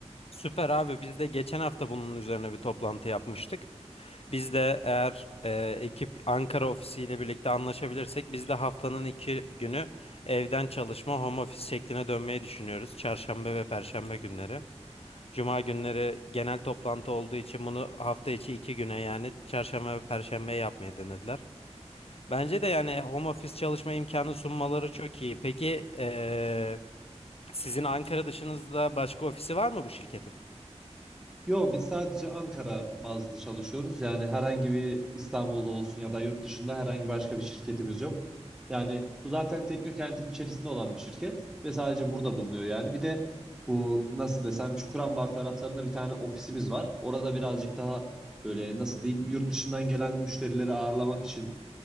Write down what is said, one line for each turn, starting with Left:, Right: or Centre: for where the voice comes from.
Left: Süper abi biz de geçen hafta bunun üzerine bir toplantı yapmıştık. Biz de eğer e, ekip Ankara ofisiyle birlikte anlaşabilirsek biz de haftanın iki günü evden çalışma home office şekline dönmeyi düşünüyoruz. Çarşamba ve Perşembe günleri. Cuma günleri genel toplantı olduğu için bunu hafta içi iki güne yani Çarşamba ve Perşembe yapmayı denediler. Bence de yani home office çalışma imkanı sunmaları çok iyi. Peki e, sizin Ankara dışınızda başka ofisi var mı bu şirketin?
Centre: Yo, biz sadece Ankara bazlı çalışıyoruz. Yani herhangi bir İstanbul'da olsun ya da yurt dışında herhangi başka bir şirketimiz yok. Yani bu zaten Teknokent'in içerisinde olan bir şirket ve sadece burada bulunuyor yani. Bir de bu nasıl desem Çukurambar taraflarında bir tane ofisimiz var. Orada birazcık daha böyle nasıl diyeyim yurt dışından gelen müşterileri ağırlamak için